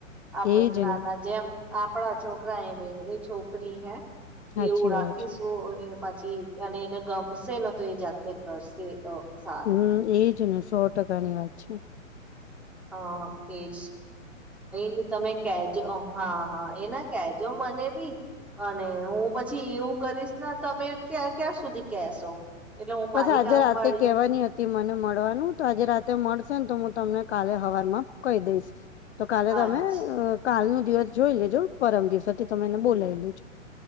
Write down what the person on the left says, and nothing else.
એજ
ને
સાચી
વાત છે
હમ એજ ને સો ટકાની વાત છે
બસ
આજે
રાતે
કેવાની
હતી મને મળવાનું તો આજે રાતે મળશે ને તો તમને કાલે હવાર માં કહી દઈશ. તો કાલે તમે
અ કાલ નો દિવસ જોઈ લેજો પરમ દિવસથી તમે એને બોલાવી લ લોજો.